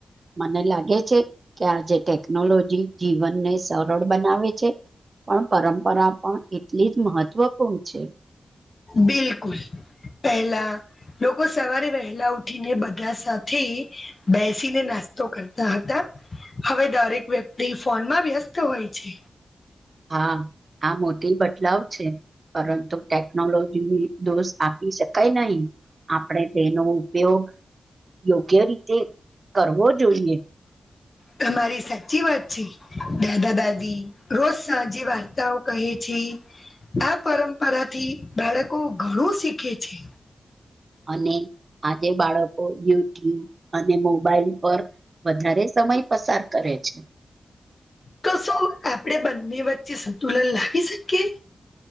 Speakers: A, on the right (about 50°); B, on the left (about 40°).
A: મને લાગે છે કે આ જેે ટેકનોલોજી જીવનને સરળ બનાવે છે પણ પરંપરા પણ એટલી જ મહત્વપૂર્ણ છે.
B: બિલકુલ. પહેલા લોકો સવારે વહેલા ઉઠીને બધા સાથે બેસીને નાસ્તો કરતા હતા. હવે દરેક વ્યક્તિ ફોનમાં વ્યસ્ત હોય છે.
A: હા આ મોટી બદલાવ છે. પરંતુ ટેકનોલોજીને દોષ આપી શકાય નહી. આપણે તેનો ઉપયોગ યોગ્ય રીતે કરવો જોઈએ.
B: તમારી સાચી વાત છે. દાદા દાદી રોજ સાંજે વાર્તાઓ કહે છે. આ પરંપરાથી બાળકો ઘણું શીખે છે.
A: અને આજે બાળકો યુટ્યુબ અને મોબાઈલ પર વધારે સમય પસાર કરે છે.
B: તો શું આપણે બંને વચ્ચે સંતુલન લાવી શકીએ.